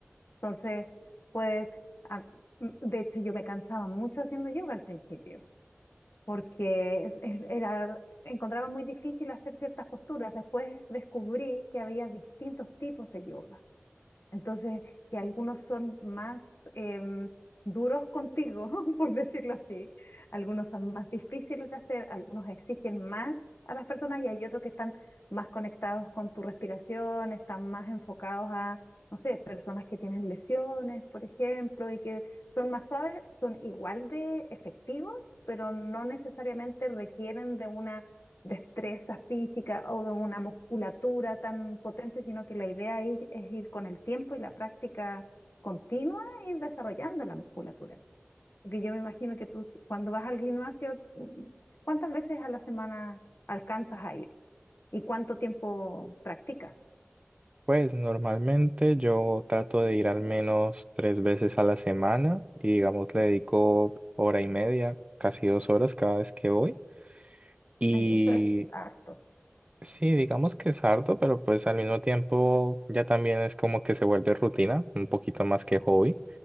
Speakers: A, on the left (about 55°); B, on the right (about 25°).
A: Entonces, puedes, ah, de hecho, yo me cansaba mucho haciendo yoga al principio porque es- es- era, encontraba muy difícil hacer ciertas posturas. Después descubrí que había distintos tipos de yoga. Entonces, que algunos son más em, duros contigo, <laughs> por decirlo así, algunos son más difíciles de hacer, algunos exigen más a las personas y hay otros que están más conectados con tu respiración, están más enfocados a, no sé, personas que tienen lesiones, por ejemplo, y que son más suaves, son igual de efectivos, pero no necesariamente requieren de una destreza física o de una musculatura tan potente, sino que la idea es, es ir con el tiempo y la práctica continua, ir desarrollando la musculatura. Porque yo me imagino que tú si- cuando vas al gimnasio, mm, ¿cuántas veces a la semana alcanzas a ir? ¿Y cuánto tiempo practicas?
B: Pues normalmente yo trato de ir al menos tres veces a la semana y digamos le dedico hora y media, casi dos horas cada vez que voy. Y
A: Ay, eso es harto.
B: Sí, digamos que es harto, pero pues al mismo tiempo ya también es como que se vuelve rutina, un poquito más que hobby,